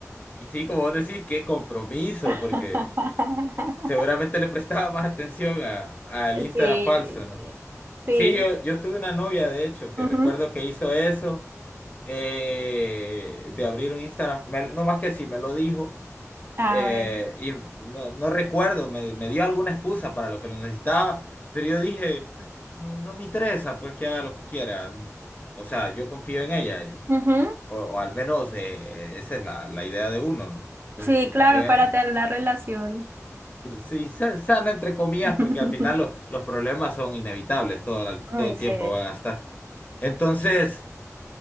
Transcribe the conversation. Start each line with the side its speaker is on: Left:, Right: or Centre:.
Left: Y sí, como vos decís, qué compromiso,
Right: <laughs>
Left: porque seguramente le prestaba <laughs> más atención a, al Instagram
Right: Sí.
Left: falso, ¿no?
Right: Sí.
Left: Sí, yo, yo tuve una novia, de hecho, que
Right: Ujú.
Left: recuerdo que hizo eso, eh, de abrir un Instagram, me- no más que sí, me lo dijo,
Right: Ah,
Left: eh,
Right: bueno.
Left: y no, no recuerdo, me, me dio alguna excusa para lo que lo necesitaba, pero yo dije, "Pues, no, no me interesa, pues que haga lo que quiera, ¿no? O sea, yo confío en ella, y-
Right: Ujú.
Left: o, o al menos eh, esa es la, la idea de uno, ¿no? Entonces
Right: Sí,
Left: yo
Right: claro,
Left: confío en
Right: para tener una relación.
Left: Sí, sa- sana entre comillas,
Right: <laughs>
Left: porque al final lo- los problemas son inevitables, todo, el-
Right: Ay,
Left: todo el
Right: sí.
Left: tiempo van a estar. Entonces,